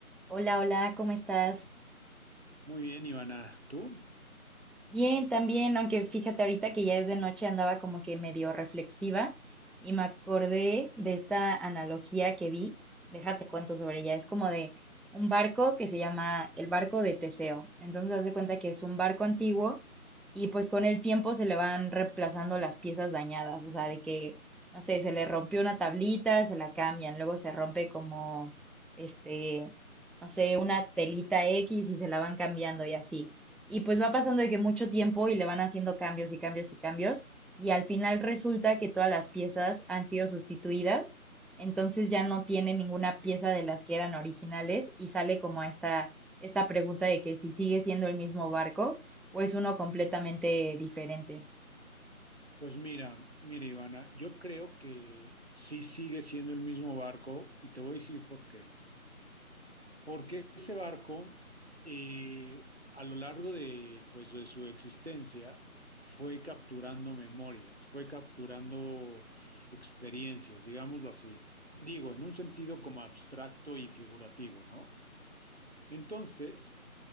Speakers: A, in the centre; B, on the right.
A: Hola, hola, ¿cómo estás?
B: Muy bien, Ivana. ¿Tú?
A: Bien, también, aunque fíjate ahorita que ya es de noche, andaba como que medio reflexiva y me acordé de esta analogía que vi. Déjate cuento sobre ella. Es como de un barco que se llama el barco de Teseo. Entonces, haz de cuenta que es un barco antiguo y pues con el tiempo se le van reemplazando las piezas dañadas. O sea, de que, no sé, se le rompió una tablita, se la cambian, luego se rompe como, este, no sé, una telita X y se la van cambiando y así. Y pues va pasando de que mucho tiempo y le van haciendo cambios y cambios y cambios. Y al final resulta que todas las piezas han sido sustituidas. Entonces ya no tiene ninguna pieza de las que eran originales y sale como esta, esta pregunta de que si sigue siendo el mismo barco o es uno completamente diferente.
B: Pues mira, mira, Ivana, yo creo que sí sigue siendo el mismo barco y te voy a decir por qué. Porque ese barco, eh, a lo largo de, pues, de su existencia, fue capturando memorias, fue capturando experiencias, digámoslo así. Digo, en un sentido como abstracto y figurativo, ¿no? Entonces,